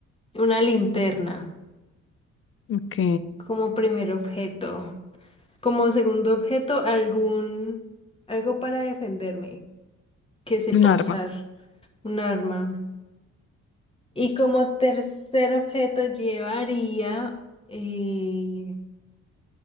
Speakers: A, on the left; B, on the left.
A: una linterna
B: Ok,
A: como primer objeto. Como segundo objeto, algún algo para defenderme, que sepa
B: un arma.
A: usar un arma. Y como tercer objeto llevaría... eh,